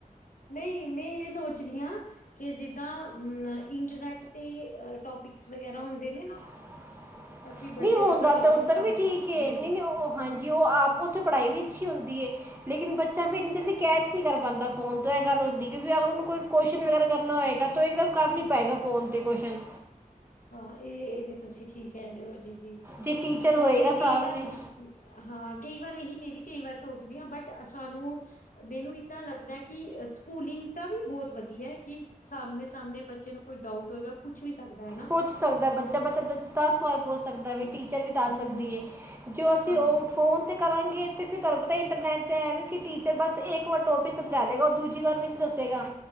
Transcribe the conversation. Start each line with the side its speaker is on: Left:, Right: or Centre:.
Left: ਨਈ ਮੈ ਏ ਸੋਚ ਰੀ ਆਂ। ਕੇ ਜਿੱਦਾਂ ਇੰਟਰਨੈਟ ਤੇ ਟੋਪਿਕਸ ਵਗੈਰਾ ਹੁੰਦੇ ਨੇ ਨਾ
Right: <inaudible>
Left: ਅਸੀਂ ਬੱਚੇ
Right: ਨਈ ਹੁੰਦਾ
Left: ਦਾ ਕੋਈ ਟੋਪਿਕ
Right: ਤਾ ਓੱਧਰ
Left: ਪਾ
Right: ਵੀ
Left: ਲਿਆ
Right: ਠੀਕ ਏ
Left: ਜੀ
Right: ਨਈ
Left: ਜੀ
Right: ਨਈ ਓ ਹਾਂਜੀ ਓ ਆਪ ਉਥੇ ਪੜਾਈ ਵੀ ਅੱਛੀ ਹੁੰਦੀ ਏ। ਲੇਕਿਨ ਬੱਚਾ ਫੇਰ ਏਨੀ ਜਲਦੀ ਕੈਚ ਨੀ ਕਾਰ ਪਾਂਦਾ ਫੋਨ ਤੋ ਏ ਗੱਲ ਹੁੰਦੀ ਕਿਉਂਕਿ ਅਗਰ ਉਹਨੂੰ ਕੋਈ ਕੁਸ਼ਚਨ ਵਗੈਰਾ ਕਰਨਾ ਹੋਏਗਾ ਤਾਂ ਉਹ ਇੱਕਦਮ ਕਰਨਾ ਪਏਗਾ ਫੋਨ 'ਤੇ ਕੁਸ਼ਚਨ
Left: ਹਾਂ ਇਹ ਇਹ ਤੇ ਤੁਸੀਂ ਠੀਕ ਕਹਿ ਰਹੇ ਹੋ ਜੀ -ਜੀ
Right: ਜੇ ਟੀਚਰ ਹੋਏਗਾ
Left: ਨਾਲ਼ੇ
Right: ਸਾਹਮਣੇ
Left: ਕਈ ਵਾਰ <inaudible> ਹਾਂ ਕਈ ਵਾਰ ਇਹੀ ਮੈਂ ਵੀ ਕਈ ਵਾਰ ਸੋਚਦੀ ਹਾਂ ਬਟ ਸਾਨੂੰ ਮੈਨੂੰ ਏਦਾਂ ਲੱਗਦਾ ਕਿ ਸਕੂਲਿੰਗ ਦਾ ਵੀ ਬਹੁਤ ਵਧੀਆ ਹੈ ਕਿ ਸਾਮਣੇ-ਸਾਮਣੇ ਬੱਚੇ ਨੂੰ ਕੋਈ ਡਾਊਟ ਹੋਏਗਾ ਪੁੱਛ ਵੀ ਸਕਦਾ ਏ ਨਾ।
Right: ਪੁੱਛ ਸਕਦਾ ਬੱਚਾ -ਬੱਚਾ ਦ ਦਸ ਵਾਰ ਪੁੱਛ ਸਕਦਾ
Left: ਹਮ
Right: ਵੇ ਟੀਚਰ ਵੀ ਦੱਸ ਸਕਦੀ ਏ। ਜੋ ਅਸੀਂ
Left: ਹਾਂ
Right: ਉਹ ਫੋਨ ਤੇ ਕਰਾਂਗੇ ਤੇ ਫਿਰ ਤੁਹਾਨੂੰ ਪਤਾ ਇੰਟਰਨੈਟ ਇਹ ਤੇ ਹੈ ਵੀ ਕਿ ਟੀਚਰ ਬਸ ਇੱਕ ਵਾਰ ਟੋਪਿਕ ਸਮਝਾ ਦੇਗਾ ਦੂਜੀ ਵਾਰ ਵੀ ਨਹੀਂ ਦਸ ਸੀਗਾ